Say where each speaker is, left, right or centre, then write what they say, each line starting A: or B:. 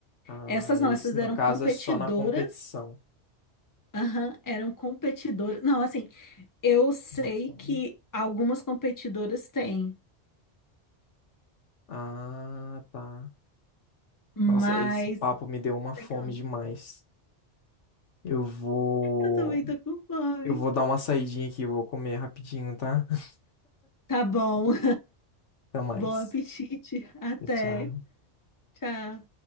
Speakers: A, on the left; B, on the left.
A: Ah,
B: Essas
A: esse
B: não, essas
A: no
B: eram
A: caso
B: competidoras.
A: é só na competição.
B: Aham, eram competidoras. Não, assim, eu sei
A: Mukbang.
B: que algumas competidoras têm,
A: Ah, tá.
B: mas
A: Nossa, esse papo me deu uma fome
B: tem que...
A: demais. Eu vou,
B: Eu também tô com fome.
A: eu vou dar uma saidinha aqui, eu vou comer rapidinho, tá? <laughs>
B: Tá bom.
A: Até mais.
B: Bom apetite. Até.
A: Tchau, tchau.
B: Tchau.